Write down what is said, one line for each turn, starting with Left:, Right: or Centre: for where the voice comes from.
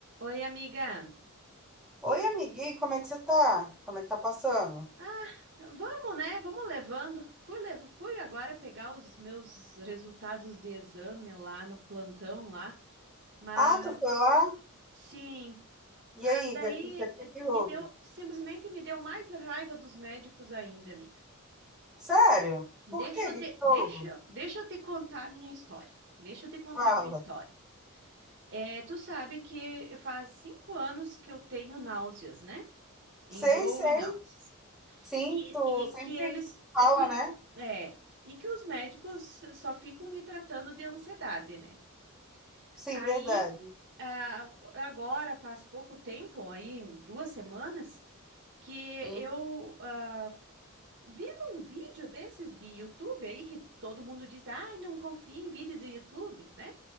Right: Oi, amiga.
Centre: Oi, amiguinho, como é que você tá? Como é que tá passando?
Right: Ah, vamos, né? Vamos levando. Fui, lev- fui agora pegar os meus resultados de exame lá no plantão lá, mas
Centre: Ah, tu foi lá?
Right: sim. Ah,
Centre: E aí,
Right: daí
Centre: o que, que, que
Right: eh,
Centre: que
Right: me
Centre: houve?
Right: deu, simplesmente me deu mais raiva dos médicos ainda, amiga.
Centre: Sério?
Right: Deixa
Centre: Por quê?
Right: eu
Centre: O que,
Right: te,
Centre: que
Right: deixa,
Centre: houve?
Right: deixa eu te contar a minha história. Deixa eu te contar
Centre: Fala.
Right: a minha história. É, tu sabe que faz cinco anos que eu tenho náuseas, né?
Centre: Sei,
Right: Enjoo
Centre: sei.
Right: e náuseas.
Centre: Sim,
Right: E,
Centre: tu
Right: e
Centre: sempre
Right: que eles
Centre: fala,
Right: e que, o-
Centre: né?
Right: é, e que os médicos só ficam me tratando de ansiedade, né?
Centre: Sim,
Right: Aí
Centre: verdade.
Right: ah, agora faz pouco tempo, aí duas semanas, que
Centre: Hum.
Right: eu ah, vendo um vídeo desses de YouTube aí que todo mundo diz, ai, não confia em vídeo do YouTube, né?